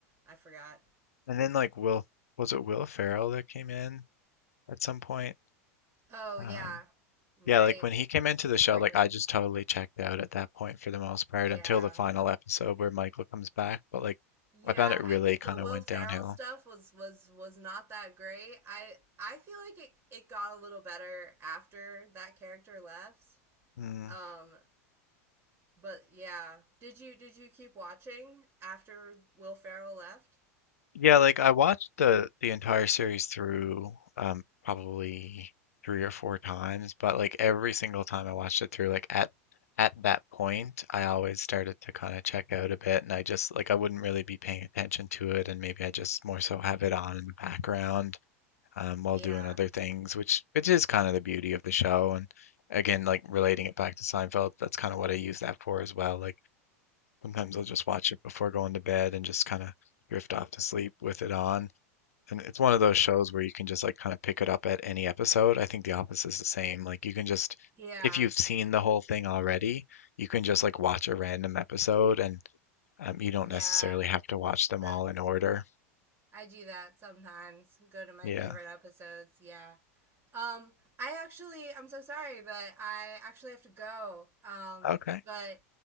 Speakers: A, on the right; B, on the left.
A: I forgot.
B: And then like Will was it Will Ferrell that came in at some point?
A: Oh
B: Um
A: yeah, right,
B: yeah, like when he came into the show,
A: right
B: like
A: when
B: I just totally checked out at that point for the most part
A: yeah.
B: until the final episode where Michael comes back, but like
A: Yeah,
B: I found it really
A: I think
B: kind
A: the
B: of
A: Will
B: went
A: Ferrell
B: downhill.
A: stuff was was was not that great. I I feel like it it got a little better after that character left.
B: Hmm.
A: Um, but yeah, did you did you keep watching after Will Ferrell left?
B: Yeah, like I watched the the entire series through um probably three or four times, but like every single time I watched it through, like at at that point, I always started to kind of check out a bit and I just like I wouldn't really be paying attention to it and maybe I just more so have it on in the background um while
A: Yeah.
B: doing other things, which which is kind of the beauty of the show and again like relating it back to Seinfeld, that's kind of what I use that for as well. Like sometimes I'll just watch it before going to bed and just kind of drift off to sleep with it on. And it's one of those shows where you can just like kind of pick it up at any episode. I think The Office is the same. Like you can just
A: Yeah.
B: if you've seen the whole thing already, you can just like watch a random episode and um, you don't
A: Yeah.
B: necessarily have to watch them
A: That's
B: all in order.
A: I do that sometimes. Go to my
B: Yeah.
A: favorite episodes. Yeah. Um, I actually I'm so sorry, but I actually have to go. Um,
B: Okay.
A: but